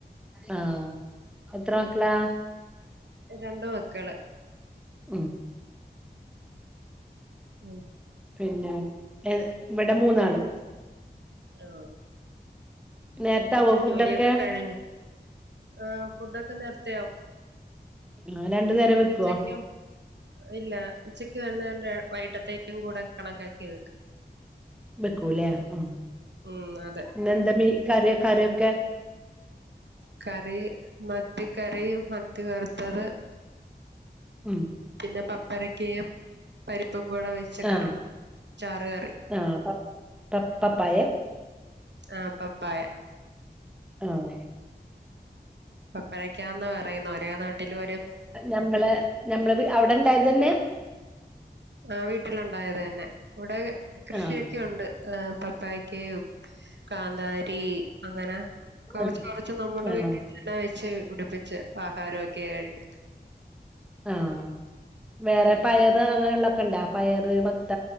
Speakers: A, in the centre; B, on the right.
A: ആഹ് എത്ര മക്കളാ
B: ഉം രണ്ട് മക്കള്
A: ഉം
B: ഉം
A: പിന്നെ എ ഇവിടെ മൂന്നാള്
B: ആഹ്
A: നേരത്തെ
B: പിന്നെ
A: ആവോ ഫുഡ്
B: ജോലിയൊക്കെ
A: ഒക്കെ
B: കഴിഞ്ഞു ആഹ് ഫുഡൊക്കെ നേരത്തെയാവും
A: ആ രണ്ടു നേരം വെക്കോ
B: ഉച്ചക്കും ഇല്ല ഉച്ചക്ക് വന്നാണ്ടെ വൈട്ടത്തേക്കും കൂടെ കണക്കാക്കി വെക്കും
A: വെക്കൂല്ലേ ഉം
B: ഉം അതെ
A: പിന്നെന്താ മീ കറി കറിയൊക്കെ
B: കറി മത്തി കറി മത്തി വർത്തത്
A: ഉം
B: പിന്നെ പപ്പരക്കയും പരിപ്പും കൂടെ വെച്ച കറി
A: ആഹ്
B: ചാറ് കറി
A: ആഹ് പപ് പപ് പപ്പായെ
B: ആഹ് പപ്പായ
A: ആഹ്
B: പപ്പഴക്കാന്ന് പറയുന്നെ ഒരേ നാട്ടിലും ഒര്
A: നമ്മളെ നമ്മള് വി അവിടെണ്ടായതന്നെ
B: ആ വീട്ടിലുണ്ടായത് തന്നെ ഇവിടെ കൃഷിയൊക്കെ
A: ആഹ്
B: ഉണ്ട് ഏഹ് പപ്പായക്കയും കാന്താരി അങ്ങനെ കൊറച്ച്
A: ആഹ്
B: കൊറച്ച് നമ്മുടെ
A: ആഹ്
B: വീട്ടിൽ തന്നെ വെച്ച് പിടിപ്പിച്ച് ആഹാരൊക്കെയായിക്കും
A: ആഹ് വേറെ പയറ്
B: ഉം
A: അങ്ങനെള്ളൊക്കെണ്ടാ പയറ് മത്ത